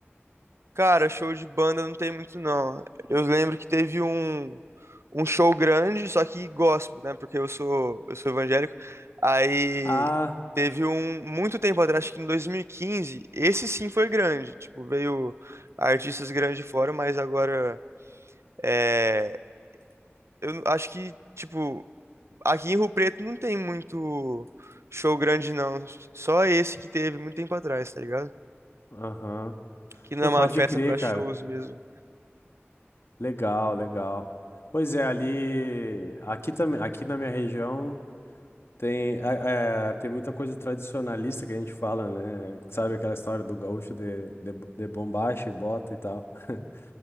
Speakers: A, on the right (about 80°); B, on the left (about 65°).
A: Cara, show de banda não tem muito, não. Eu lembro que teve um, um show grande, só que gospel, né? Porque eu sou, eu sou evangélico. Aí
B: Ah.
A: teve um, muito tempo atrás, acho que em 2015, esse sim foi grande. Tipo, veio artistas grandes de fora, mas agora, é, eu acho que, tipo, Aqui em Rio Preto não tem muito show grande, não. Só esse que teve muito tempo atrás, tá ligado?
B: Aham.
A: Que não
B: Pô,
A: é uma
B: pode
A: festa
B: crer,
A: pra shows
B: cara.
A: mesmo.
B: Legal, legal. Pois é, ali. Aqui também, aqui na minha região tem, é, é, tem muita coisa tradicionalista que a gente fala, né? Sabe aquela história do gaúcho de, de, de bombacha e bota e tal. <laughs>